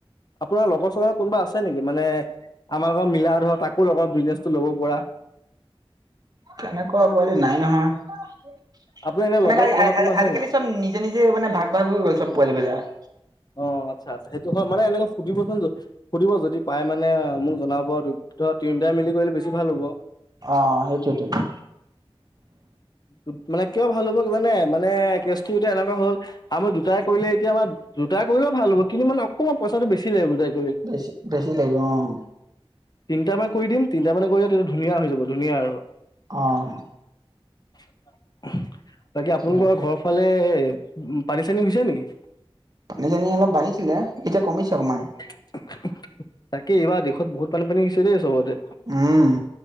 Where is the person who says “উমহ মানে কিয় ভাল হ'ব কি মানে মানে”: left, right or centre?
Left